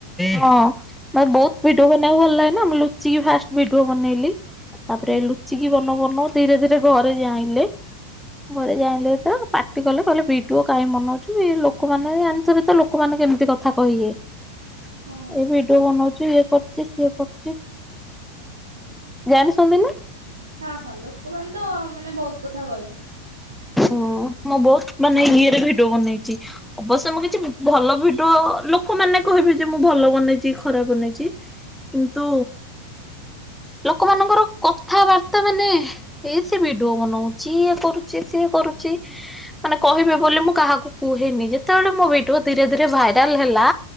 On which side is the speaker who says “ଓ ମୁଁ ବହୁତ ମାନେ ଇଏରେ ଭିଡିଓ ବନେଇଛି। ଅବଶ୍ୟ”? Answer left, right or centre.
Centre